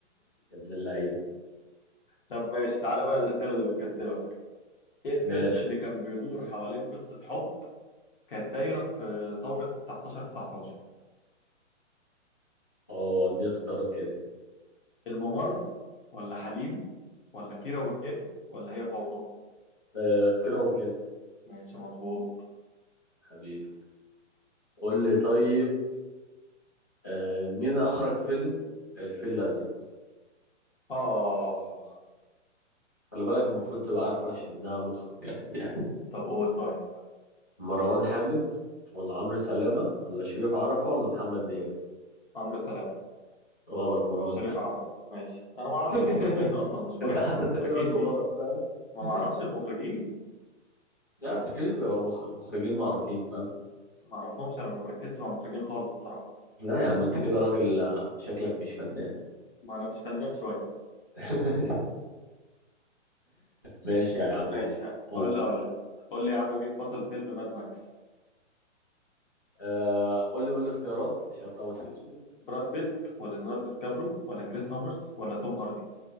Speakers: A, on the left; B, on the left.
A: يا ابن اللعيبه
B: طب ماشي تعالى بقى الاسئله اللي بتكسبك ايه الفيلم
A: ماشي
B: اللي كان بيدور حوالين قصه حب كانت دايرة في ثورة 19 19
A: اه دي اختيارات كده
B: الممر ولا حليم ولا كيرة والجن ولا هي فوضى
A: آه كيرة والجن
B: ماشي مظبوط
A: حبيبي قول لي طيب آه مين اخرج فيلم الفيل الازرق
B: آه
A: خلي بالك المفروض تبقى عارفه عشان انها مخرج جامد يعني
B: طب قول طيب
A: مروان حامد ولا عمرو سلامه ولا شريف عرفه ولا محمد دياب
B: عمرو سلام
A: غلط مروان
B: شريف
A: حامد
B: عرف ماشي انا
A: <laughs>
B: ما اعرفش المخرجين اصلا مش
A: انت
B: مركز
A: حتى
B: مع المخرجين
A: التانية قلته
B: دي
A: غلط فاهم
B: ما
A: <laughs>
B: ما اعرفش المخرجين
A: لا اصل في بيبقوا مخ- مخرجين معروفين فاهم
B: ما اعرفهمش انا ما بركزش مع المخرجين خالص الصراحة
A: لا يا عم انت كده راجل آه، شكلك مش فنان
B: ما انا مش فنان شوية
A: <laughs> ماشي يا عم
B: ماشي
A: قول
B: اقول اقول لك قول لي يا عم مين بطل فيلم ماد ماكس
A: آه قول لي قول لي اختيارات عشان اتلخبط في اسمه
B: براد بيت ولا ليوناردو دي كابرو ولا كريس هامرز ولا توم هاردي